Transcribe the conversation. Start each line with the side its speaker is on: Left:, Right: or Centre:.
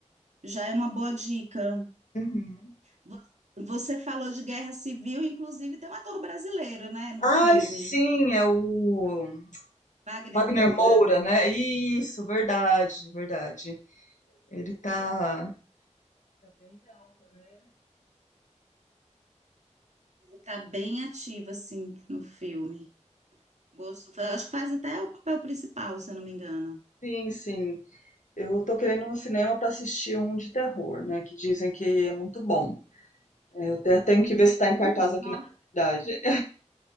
Right: já é uma boa dica.
Left: Uhum.
Right: Vo- Você falou de guerra civil, inclusive tem um ator brasileiro, né, no
Left: Ai,
Right: filme,
Left: sim, é o
Right: Wagner
Left: Wagner
Right: Moura.
Left: Moura, né? Isso, verdade, verdade. Ele tá. Tá bem alta, né?
Right: Ele tá bem ativo assim no filme. Gosto, acho que faz até o papel principal, se eu não me engano.
Left: Sim, sim. Eu tô querendo um cinema para assistir um de terror, né? Que dizem que é muito bom. É, Eu até tenho que ver se tá
Right: Uh,
Left: em cartaz aqui
Right: nossa,
Left: na minha cidade.